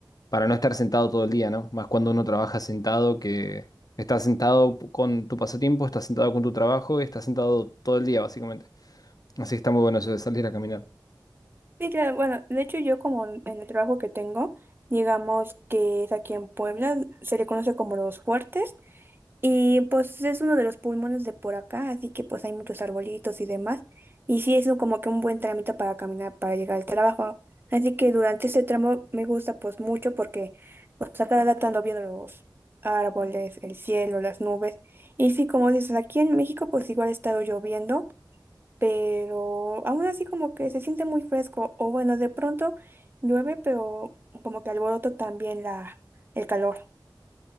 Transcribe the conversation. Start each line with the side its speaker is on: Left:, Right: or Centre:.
Left: para no estar sentado todo el día, ¿no? Más cuando uno trabaja sentado, que estás sentado p- con tu pasatiempo, estás sentado con tu trabajo y estás sentado todo el día, básicamente. Así que está muy bueno eso de salir a caminar.
Right: Sí, claro. Bueno, de hecho yo como en el trabajo que tengo, digamos que es aquí en Puebla, se le conoce como los fuertes. Y pues es uno de los pulmones de por acá, así que pues hay muchos arbolitos y demás. Y sí es un- como que un buen trámite para caminar, para llegar al trabajo. Así que durante ese tramo me gusta pues mucho porque pues a cada rato ando viendo los árboles, el cielo, las nubes. Y sí, como dices, aquí en México pues igual ha estado lloviendo, pero aún así como que se siente muy fresco. O bueno, de pronto llueve, pero como que alboroto también la, el calor.